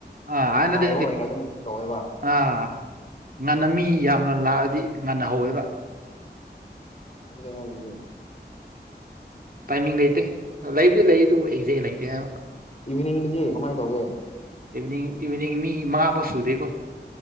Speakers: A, on the right; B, on the left.
A: ꯑ ꯑꯅꯗꯤ
B: ꯉꯥꯏꯕ ꯑꯣꯏꯅ ꯑꯗꯨꯝ ꯇꯧꯋꯦꯕ
A: ꯑ ꯉꯟꯅ ꯃꯤ ꯌꯥꯝꯅ ꯂꯥꯛꯑꯗꯤ ꯉꯟꯅ ꯍꯧꯋꯦꯕ
B: ꯀꯩꯅꯅꯦ
A: ꯇꯥꯏꯃꯤꯡ ꯂꯩꯇꯦ ꯂꯩꯕꯨꯗꯤ ꯂꯩ ꯑꯗꯨꯕꯨ ꯑꯦꯛꯖꯦꯛ ꯂꯩꯇꯦ ꯍꯥꯏꯕ
B: ꯏꯚꯅꯤꯡꯗꯤꯗꯤ ꯀꯃꯥꯏꯅ ꯇꯧꯒꯦ
A: ꯏꯚꯅꯤꯡ ꯏꯚꯅꯤꯡ ꯃꯤ ꯃꯥꯕꯨꯁ ꯎꯗꯦꯀꯣ